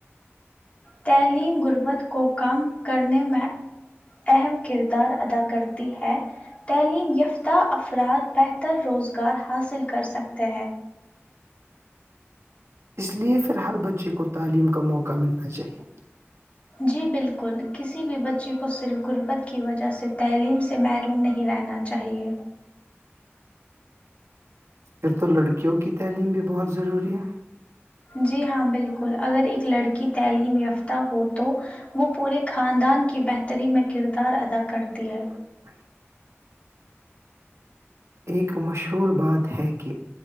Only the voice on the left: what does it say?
تعلیم غربت کو کم کرنے میں اہم کردار ادا کرتی ہے تعلیم یافتہ افراد بہتر روزگار حاصل کر سکتے ہیں
جی بالکل کسی بھی بچی کو صرف غربت کی وجہ سے تعلیم سے محروم نہیں رہنا چاہ چاہیے
جی ہاں بالکل اگر ایک لڑکی تعلیم یافتہ ہو تو وہ پورے خاندان کی بہتری میں کردار ادا کرتی ہے